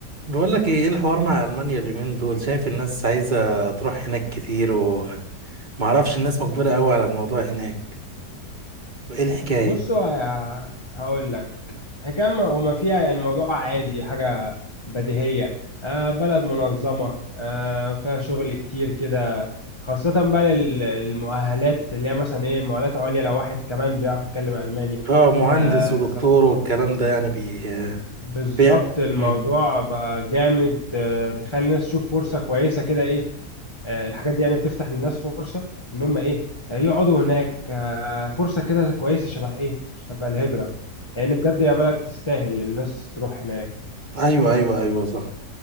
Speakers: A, on the right; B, on the left.
A: بقول لك ايه إيه الحوار مع المانيا اليومين دول شايف الناس عايزه تروح هناك كتير ومعرفش الناس مجبره قوي على الموضوع هناك ايه الحكايه
B: بصوا هقول لك حكاية ما وما فيها يعني الموضوع عادي حاجة بديهية آه بلد منظمة آه فيها شغل كتير كده خاصة بقى لل- للمؤهلات اللي هي مثلا ايه مؤهلات عليا لو واحد كمان بيعرف يتكلم ألماني
A: اه مهندس
B: آه
A: ودكتور والكلام ده يعني بي,
B: بالظبط
A: بي...
B: الموضوع
A: مم.
B: بقى جامد آه، بيخلي الناس تشوف فرصة كويسة كده ايه آه، الحاجات دي يعني بتفتح للناس فرصة ان هم ايه آه، يقعدوا هناك آه، فرصة كده كويسة شبه ايه شبه الهجرة لان بجد يا بلد تستاهل الناس تروح هناك
A: ايوه ايوه ايوه صح